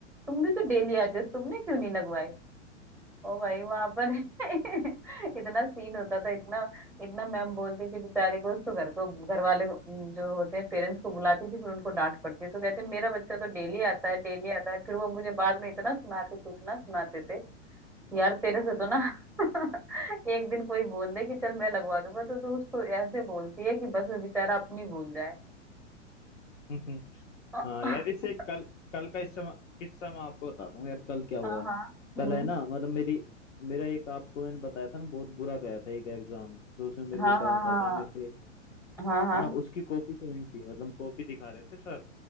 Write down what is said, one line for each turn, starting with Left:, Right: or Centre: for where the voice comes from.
Centre: तुम भी तो डेली आते हो तुमने क्यों नहीं लगवाई ओ भाई वहां पर <laughs> इतना सीन होता था इतना इतना मैम बोलती थी बेचारे को उसको घर को घर वाले को उम, जो होते हैं पेरेंट्स को बुलाती थी फिर उनको डांट पड़ती है तो कहते मेरा बच्चा तो डेली आता है डेली आता है फिर वो मुझे बाद में इतना सुनाते थे इतना सुनाते थे यार तेरे से
Left: थी
Centre: तो ना <laughs> एक दिन कोई बोल दे कि चल मैं लगवा दूंगा तो तू उसको ऐसे बोलती है कि बस वो बेचारा अपनी भूल जाए
Left: <laughs>
Centre: <coughs>
Left: हाँ
Centre: हाँ
Left: यार इससे कल कल का इस समय किस्सा मैं आपको बताता हूँ यार कल क्या हुआ
Centre: हाँ
Left: कल
Centre: हम्म
Left: है ना मतलब मेरी मेरा एक आपको मैंने बताया था ना बहुत बुरा गया था एक एग्जाम तो उसमें मेरे
Centre: हाँ
Left: को डर
Centre: हाँ
Left: था
Centre: हाँ
Left: कहीं मैं फेल ना
Centre: हाँ हाँ
Left: है ना उसकी कॉपी शोइंग थी मतलब कॉपी दिखा रहे थे सर